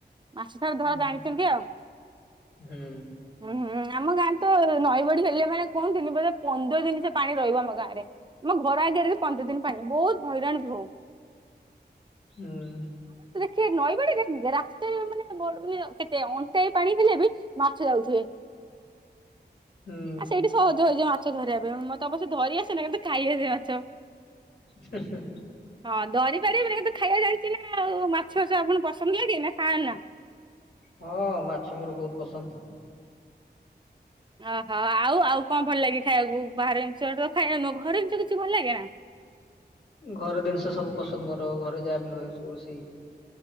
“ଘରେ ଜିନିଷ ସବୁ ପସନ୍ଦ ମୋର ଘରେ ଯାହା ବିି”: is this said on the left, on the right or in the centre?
Left